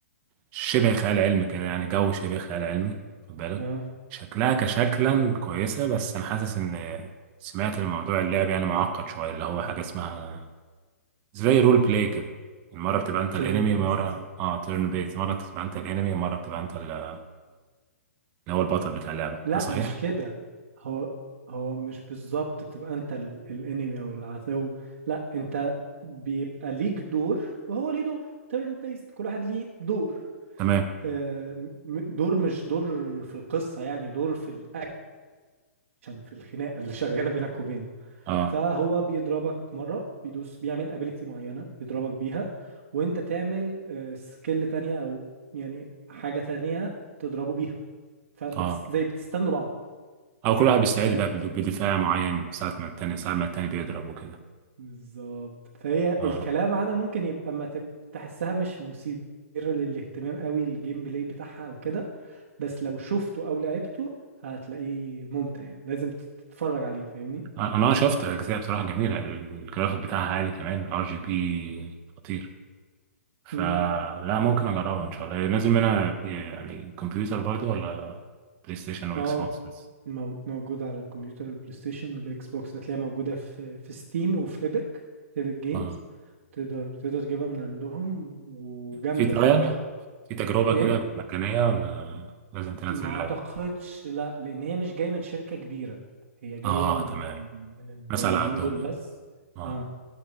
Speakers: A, on the right (about 15°); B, on the right (about 55°).
A: شبه خيال علمي كده يعني جو شبه خيال علمي خد بالك
B: اه
A: شكلها كشكلا كويسة بس انا حاسس ان سمعت الموضوع اللعب يعني معقد شوية اللي هو حاجة اسمها زي رول بلاي كده مرة بتبقى انت
B: تيرن
A: الانمي
B: بيست
A: مرة اه تيرن بيت مرة بتبقى انت الانمي مرة بتبقى انت ال- اللي هو البطل بتاع اللعبة
B: لا
A: ده صحيح؟
B: مش كده هو هو مش بالظبط بتبقى انت ال- الانمي او العدو لا انت بيبقى ليك دور وهو ليه دور تيرن بيست كل واحد ليه دور
A: تمام
B: آه، م- م- دور مش دور في القصة يعني دور في الاكشن في الخناقة اللي شغالة بينك وبينه
A: اه
B: فهو بيضربك مرة بيدوس بيعمل ابيليتي معينة يضربك بيها وانت تعمل سكيل تانية او يعني حاجة تانية تضربه بيها فزي
A: اه
B: بتستنوا بعض
A: او كل واحد بيستعيد
B: فاهم
A: بقى بد- بدفاع معين ساعة ما التاني ساعة ما التاني بيضرب وكده
B: بالظبط فهي
A: اه
B: الكلام عنها ممكن يبقى ما تب- تحسها مش مثيرة للاهتمام قوي الجيم بلاي بتاعها او كده بس لو شفته او لعبته هتلاقيه ممتع يعني لازم تتفرج عليه فاهمني
A: انا آه شفت اجزاء بصراحة جميلة الجرافيك بتاعها عالي كمان ار جي بي خطير فلا
B: امم
A: ممكن اجربها ان شاء الله نازل منها في يعني كمبيوتر برضو ولا بلاي ستيشن واكس
B: اه
A: بوكس بس
B: مو- موجود على الكمبيوتر البلاي ستيشن والاكس بوكس هتلاقيها موجودة في في ستيم وفي ايبك ايبك جيمز
A: اه
B: تقدر تقدر تجيبها من عندهم وجامدة
A: في ترايل
B: الصراحة
A: في تجربة
B: ايه
A: كده مجانية ولا لازم تنزل
B: ما
A: اللعبة
B: اعتقدش لا لان هي مش جايه من شركه كبيره هي جايه
A: اه
B: من
A: تمام
B: من المبرمجين
A: ناس على قدهم
B: دول بس
A: اه
B: اه